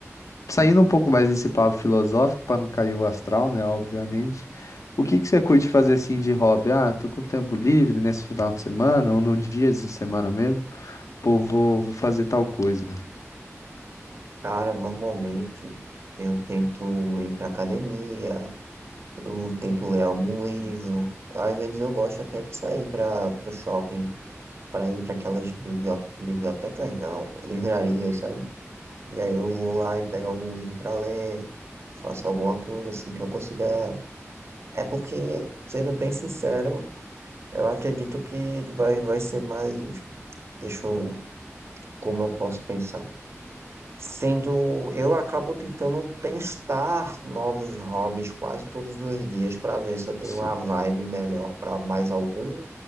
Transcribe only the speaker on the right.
Cara, normalmente eu tento ir pra academia, Eu tento ler algum livro. Às vezes eu gosto até de sair para o shopping, para ir para aquelas biblio- bibliotecas, não, livrarias, sabe? E aí eu vou lá e pego algum livro para ler, faço alguma coisa assim que eu consiga. É porque, sendo bem sincero, eu acredito que vai, vai ser mais. Deixa eu. Como eu posso pensar? Sendo, eu acabo tentando testar novos hobbies quase todos os dias para ver se eu tenho
uma vibe melhor para mais algum